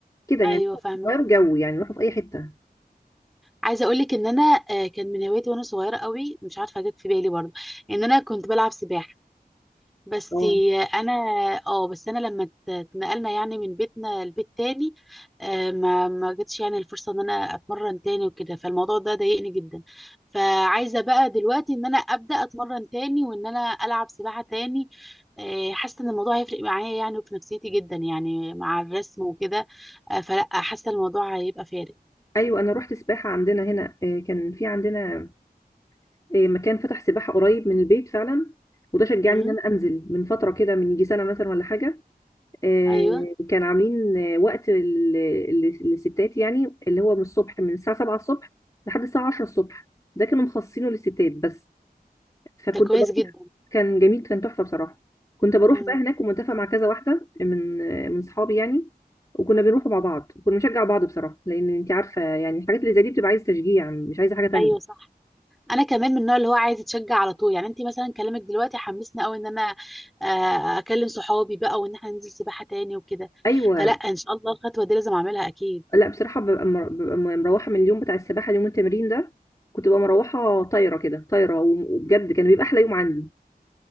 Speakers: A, on the left; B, in the centre.
A: كده يعني
B: ايوه فاهمه
A: غير جو يعني نروحوا في اي حته
B: عايزه اقول لك ان انا آه كان من هوايتي وانا صغيره قوي مش عارفه جت في بالي برضه ان انا كنت بلعب سباحه بس
A: اه
B: انا اه بس انا لما ات- اتنقلنا يعني من بيتنا لبيت تاني آه، ما ما جاتش يعني الفرصه ان انا اتمرن تاني وكده فالموضوع ده ضايقني جدا فعايزه بقى دلوقتي ان انا ابدا اتمرن تاني وان انا العب سباحه تاني آه، حاسه ان الموضوع هيفرق معايا يعني وفي نفسيتي جدا يعني مع الرسم وكده آه، فلا حاسه الموضوع هيبقى فارق
A: ايوه انا روحت سباحه عندنا هنا آه، كان في عندنا آه، مكان فتح سباحه قريب من البيت فعلا وده شجعني
B: امم
A: ان انا انزل من فتره كده من يجي سنه مثلا ولا حاجه آه،
B: ايوه
A: كان عاملين آه، وقت ال- ال- للستات يعني اللي هو من الصبح من الساعة 7 الصبح لحد الساعة 10 الصبح ده كانوا مخصصينه للستات بس فكنت
B: ده كويس
A: بروح
B: جدا
A: كان جميل كان تحفة بصراحة كنت بروح
B: امم
A: بقى هناك ومتفق مع كذا واحدة من آه، من صحابي يعني وكنا بنروح مع بعض وكنا بنشجع بعض بصراحة لأن أنت عارفة يعني الحاجات اللي زي دي بتبقى عايزة تشجيع مش عايزة حاجة تانية
B: ايوه صح انا كمان من النوع اللي هو عايز يتشجع على طول يعني انت مثلا كلامك دلوقتي حمسني قوي ان انا آه، اكلم صحابي بقى وان احنا ننزل سباحة تاني وكده
A: أيوة
B: فلا ان شاء الله الخطوة دي لازم اعملها اكيد
A: لا بصراحة ببقى مر- ببقى مروحة من اليوم بتاع السباحة اليوم التمرين ده كنت ببقى مروحة طايرة كده طايرة وبجد كان بيبقى أحلى يوم عندي